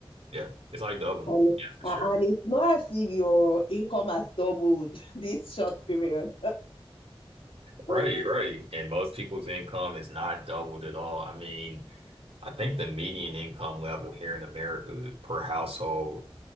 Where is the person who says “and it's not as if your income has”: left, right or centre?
Left